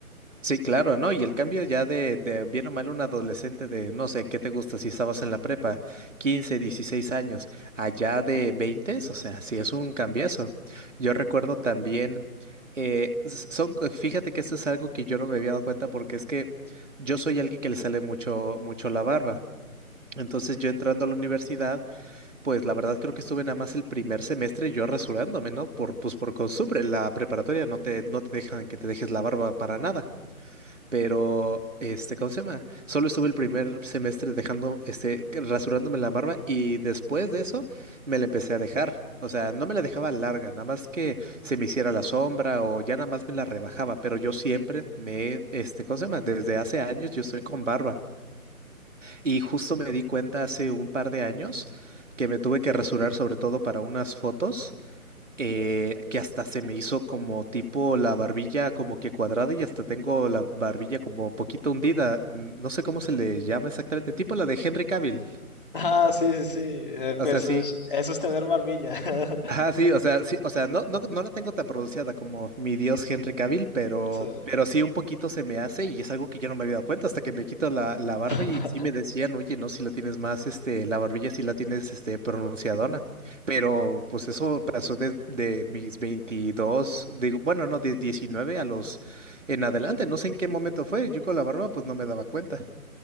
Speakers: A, on the right; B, on the left.
A: Sí, claro, ¿no? Y el cambio ya de, de bien o mal un adolescente de, no sé, ¿qué te gusta si estabas en la prepa? 15, 16 años, allá de 20, o sea, sí es un cambiazo. Yo recuerdo también, eh, s- son, eh, fíjate que esto es algo que yo no me había dado cuenta porque es que yo soy alguien que le sale mucho, mucho la barba. Entonces yo entrando a la universidad, pues la verdad creo que estuve nada más el primer semestre yo rasurándome, ¿no? Por, pues por costumbre, en la preparatoria no te, no te dejan que te dejes la barba para nada. Pero, este, ¿cómo se llama? Solo estuve el primer semestre dejando, este, que- rasurándome la barba y después de eso me la empecé a dejar. O sea, no me la dejaba larga, nada más que se me hiciera la sombra o ya nada más me la rebajaba, pero yo siempre me, este, ¿cómo se llama? Desde hace años yo estoy con barba y justo me di cuenta hace un par de años que me tuve que rasurar sobre todo para unas fotos eh, que hasta se me hizo como tipo la barbilla como que cuadrada y hasta tengo la barbilla como poquito hundida. Mm, No sé cómo se le llama exactamente, tipo la de Henry Cavill.
B: Ah, sí, sí, sí, eh,
A: O
B: pues
A: sea, sí,
B: es- eso es tener barbilla. <laughs>
A: Ajá, sí, o sea, sí, o sea, no, no, no la tengo tan pronunciada como mi dios Henry Cavill, pero,
B: Sí.
A: pero sí un poquito se me hace y es algo que yo no me había dado cuenta hasta que me quito la, la barba
B: <laughs>
A: y sí me decían, oye, no, si la tienes más, este, la barbilla sí la tienes, este, pronunciadona. Pero pues eso pasó de, de mis 22, digo, bueno, no, de 19 a los en adelante, no sé en qué momento fue, yo con la barba pues no me daba cuenta.